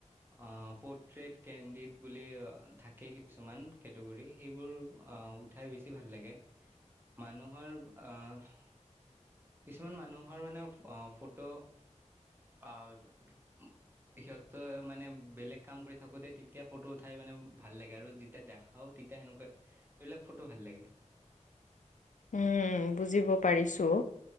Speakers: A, on the right (about 15°); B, on the left (about 80°).
A: অ পৰ্ট্ৰেট, কেণ্ডিত বুলি থাকে কিছুমান কেটেগৰী সেইবোৰ আহ উঠাই বেছি ভাল লাগে। মানুহৰ আহ কিছুমান মানুহৰ মানে অঁ ফটো আহ
B: <inaudible>
A: সিহঁতৰ মানে বেলেগ কাম কৰি থাকোঁতে তেতিয়া ফটো উঠাই মানে ভাল লাগে আৰু যেতিয়া দেখাও তি তে সেনেকুৱা সেইবিলাক ফটো ভাল লাগে।
B: উম বুজিব পাৰিছোঁ।